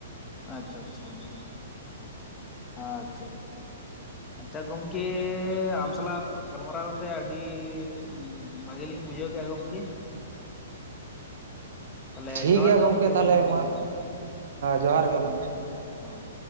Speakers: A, on the left (about 20°); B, on the right (about 65°).
A: ᱟᱪᱷᱟ ᱪᱟ ᱪᱟ ᱜᱚᱝᱠᱮ ᱟᱪᱪᱷᱟ ᱪᱷᱟ ᱪᱷᱟ ᱟᱪᱷᱟ ᱜᱚᱝᱠᱮ ᱟᱢ ᱥᱟᱞᱟᱜ ᱜᱟᱞᱢᱟᱨᱟᱣ ᱠᱟᱛᱮᱜ ᱟᱹᱰᱤ ᱩᱢ ᱵᱷᱟᱹᱜᱤ ᱞᱤᱧ ᱵᱩᱡᱷᱟᱹᱣ ᱠᱮᱫᱟ ᱜᱚᱢᱠᱮ᱾ ᱛᱟᱦᱚᱞᱮ
B: ᱴᱷᱤᱠ
A: ᱡᱚᱦᱟᱨ
B: ᱜᱮᱭᱟ
A: ᱜᱮ ᱜᱚᱢᱠᱮ
B: ᱛᱟᱦᱚᱞᱮ
A: ᱤᱱᱟᱹ
B: ᱢᱟ
A: ᱦᱳᱭ
B: ᱡᱚᱦᱟᱨ ᱜᱮ ᱢᱟ
A: ᱦᱚᱸ